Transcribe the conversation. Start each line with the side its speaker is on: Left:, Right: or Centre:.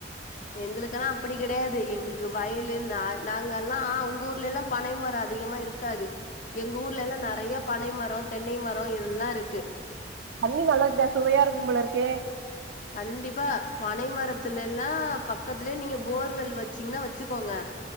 Left: எங்களுக்கெல்லா அப்படி கிடையாது எங்களுக்கு வயலு இந்த நா நாங்க எல்லா உங்க ஊர்ல எல்லா பனைமர அதிகமா இருக் காது எங்க ஊர்ல எல்லா நறைய பனை மரோ தென்னை மரோ எல்லா இருக்கு
Right: தண்ணி நல்லதுதா சுவையா இருக்கும்போல இருக்கே
Left: கண்டிப்பா பனை மரத்துல எல்லா பக்கத்துலே நீங்க போர்வெல் வச்சீங்ன்னா வச்சுக்கோங்க